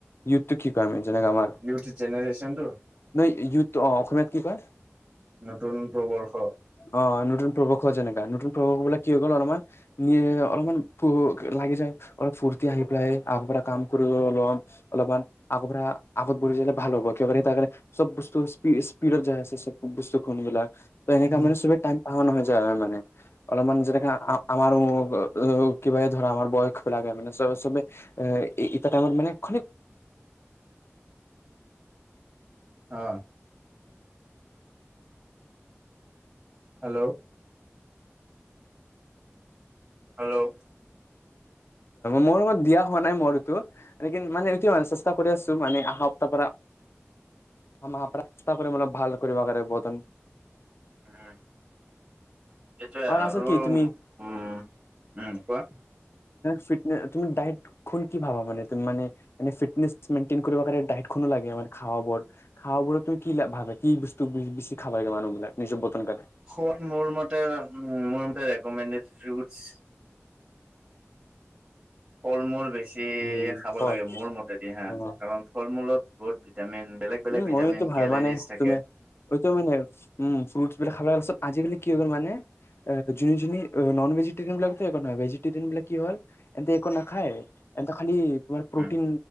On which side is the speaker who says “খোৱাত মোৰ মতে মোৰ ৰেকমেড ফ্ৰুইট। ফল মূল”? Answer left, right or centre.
Right